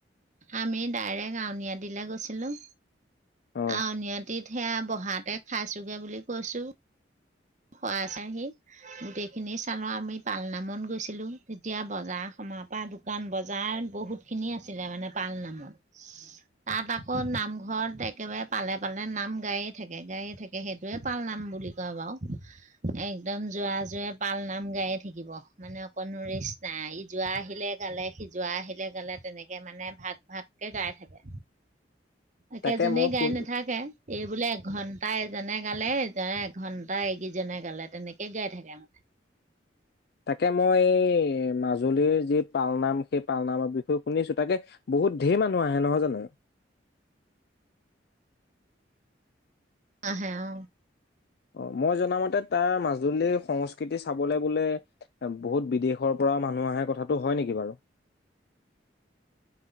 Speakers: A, on the right; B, on the left.
A: আমি ডাইৰেক্ট আউনীআটীলে গৈছিলোঁ।
B: অ
A: আউনীআটীত সেইয়া বহাতে খাইছোগে বুলি কৈছো। শৰাই চাকি। গোটেইখিনি চালোঁ, আমি পালনামত গৈছিলোঁ। যেতিয়া বজাৰ- সমাৰ পৰা আদি কাৰণ বজাৰত বহুত খিনি আছিলে মানে পাল নামত। তাত আকৌ নামঘৰত, একেবাৰে পালে- পালে নাম গাইয়ে থাকে, গাইয়ে থাকে। তে সেইটোয়ে পাল নাম বুলি কয় বাৰু। একদম জোৰা- জোৰে পাল নাম গাই থাকিব। মানে অকণো ৰেষ্ট নাই, ই জোৰা আহিলে গালে যোৰা আহিলে গালে, তেনেকে মানে ভাগ- ভাগকে গাইয়ে থাকে। একেজনে
B: তাকে মই
A: গাই
B: শুন
A: নাথাকে। এই বোলে এঘন্টা এজনে গালে এজনে এঘন্টা টা, এই কিজনে গালে, তেনেকে গাই থাকে মানে।
B: তাকে মই এই মাজুলীৰ যি পালনাম, সেই পালনামৰ বিষয়ে শুনিছো। তাকে বহুত ঢেৰ মানুহ আহে, নহয় জানো?
A: আহে, অ।
B: অ, মই জনামতে তাৰ মাজুলীৰ সংস্কৃতি চাবলে বোলে বহুত বিদেশৰ পৰাও মানুহ আহে, কথাটো হয় নেকি বাৰু?